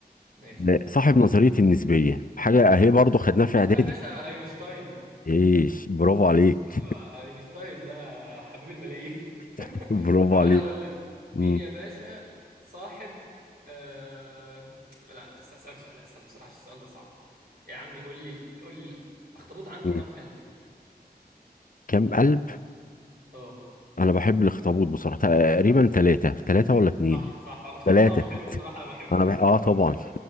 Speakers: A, on the right; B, on the left.
A: ماشي
B: لا،
A: قول
B: صاحب نظرية النسبية حاجة اهي برضو خدناها في
A: آه
B: اعدادي
A: يا باشا أينشتاين
B: ايش برافو عليك
A: آه أينشتاين ده حبيب الملايين
B: <laughs>
A: <laughs>
B: برافو
A: طب أنا
B: عليك
A: أقول لك
B: مم.
A: مين يا باشا صاحب آه... لا است- أسألك سؤال أسهل بصراحة عشان السؤال ده صعب يا عمي قول لي قول لي الأخطبوط عنده
B: مم.
A: كام قلب؟
B: كام قلب
A: اه
B: انا بحب الاخطبوط بصراحه تقريبا ثلاثه ثلاثه ولا اتنين
A: صح صح الاخطبوط
B: ثلاثه
A: طعمه حلو بصراحة انا بحبه
B: انا بح... اه طبعا
A: <laughs>